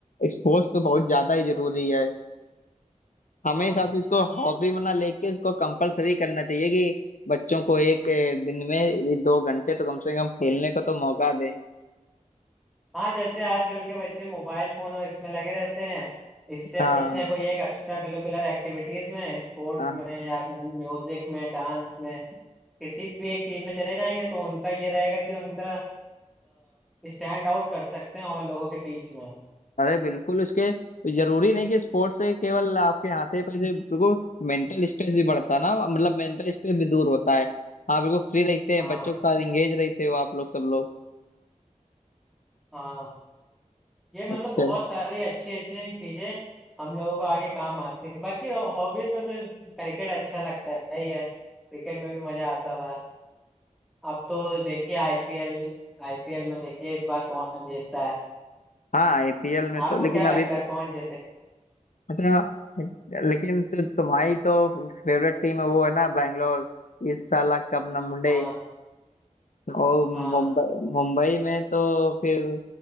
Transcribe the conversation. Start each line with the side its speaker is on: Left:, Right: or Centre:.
Left: स्पोर्ट्स तो बहुत ज्यादा ही जरूरी है हमें
Centre: हाँ
Left: हिसाब से इसको हॉबी में ना लेके इसको कंपलसरी करना चाहिए कि बच्चों को एक ए, दिन में ये दो घंटे तो कम से कम खेलने का तो मौका दें
Centre: हाँ जैसे आजकल के बच्चे मोबाइल फोन और इसमें लगे रहते हैं इससे
Left: हाँ
Centre: अच्छा है कोई एक एक्स्ट्रा करिकुलर एक्टिविटीज में स्पोर्ट्स
Left: हाँ
Centre: में या म्यूजिक में डांस में किसी भी एक चीज में चले जाएंगे तो उनका ये रहेगा कि उनका स्टैंड आउट कर सकते हैं और लोगों के बीच में
Left: अरे बिल्कुल उसके जरूरी नहीं कि स्पोर्ट्स से केवल आपके हाथ से पैसे बिल्कुल मेंटल स्ट्रेस भी बढ़ता ना मतलब मेंटल स्ट्रेस भी दूर होता है आप बिल्कुल फ्री रहते हैं
Centre: हाँ
Left: बच्चों के साथ एंगेज रहते हो आप लोग सब लोग
Centre: हाँ ये मतलब
Left: अच्छा
Centre: बहुत सारी अच्छी अच्छी चीजें हम लोगों को आगे काम आती हैं बाकी हॉबीज में तो क्रिकेट अच्छा लगता है ही है क्रिकेट में भी मजा आता था अब तो देखिए आईपीएल आईपीएल में देखिए इस बार कौन जीतता है
Left: हाँ आईपीएल में तो
Centre: आपको
Left: लेकिन
Centre: क्या लगता
Left: अभी तो
Centre: है कौन जीते
Left: अच्छा लेकिन तो तुम्हारी तो फेवरेट टीम है वो है ना बैंगलोर इस साल कब नंबड़े
Centre: हाँ
Left: और मुंबई
Centre: हाँ
Left: मुंबई में तो फिर